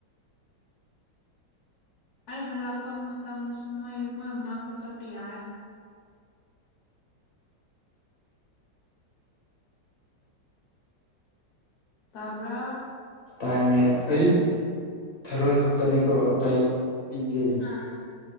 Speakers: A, on the left; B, on the left.
A: ꯑꯩ ꯍꯜꯂꯛꯄ ꯃꯇꯝꯗꯁꯨ ꯃꯣꯏ ꯃꯣꯏ ꯃꯅꯥꯛꯇ ꯆꯠꯄ ꯌꯥꯔꯦ ꯇꯥꯕ꯭ꯔꯥ
B: ꯇꯥꯏꯅꯦ ꯑꯩ ꯊꯔꯣꯏ ꯈꯛꯇꯅꯤꯀꯣ ꯑꯇꯩ ꯄꯤꯗꯦ
A: ꯑꯥ